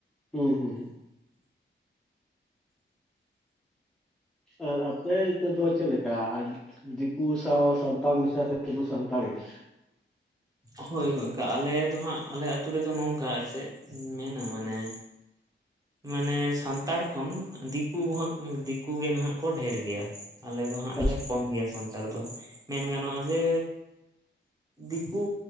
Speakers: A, in the centre; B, on the right (about 15°).
A: ᱦᱩᱸ ᱦᱩᱸ ᱦᱩᱸ᱾ ᱟᱨ ᱟᱯᱮ ᱛᱮᱫᱚ ᱪᱮᱫ ᱞᱮᱠᱟ ᱟᱞ ᱫᱤᱠᱩ ᱥᱟᱶ ᱥᱟᱱᱛᱟᱲ ᱢᱮᱥᱟ ᱥᱮ ᱥᱩᱫᱩ ᱥᱟᱱᱛᱟᱲ ᱜᱮ?
B: ᱦᱳᱭ ᱦᱳᱭ ᱚᱝᱠᱟ ᱟᱞᱮ ᱫᱚ ᱦᱟᱸᱜ ᱟᱞᱮ ᱟᱹᱛᱩ ᱨᱮᱫᱚ ᱱᱚᱝᱠᱟ ᱟᱨ ᱪᱮᱫ ᱢᱮᱱᱟ ᱢᱟᱱᱮ ᱢᱟᱱᱮ ᱥᱟᱱᱛᱟᱲ ᱠᱷᱚᱱ ᱫᱤᱠᱩ ᱦᱚᱸᱜ ᱫᱤᱠᱩ ᱜᱮ ᱱᱟᱦᱟᱜ ᱠᱚ ᱰᱷᱮᱹᱨ ᱜᱮᱭᱟ᱾ ᱟᱞᱮ ᱫᱚ ᱦᱟᱸᱜ
A: ᱟᱪᱪᱷᱟ
B: ᱞᱮ ᱠᱚᱢ ᱜᱮᱭᱟ ᱥᱟᱱᱛ ᱛᱟᱲ ᱫᱚ ᱢᱮᱱ ᱜᱟᱱᱚᱜᱼᱟ ᱡᱮ ᱫᱤᱠᱩ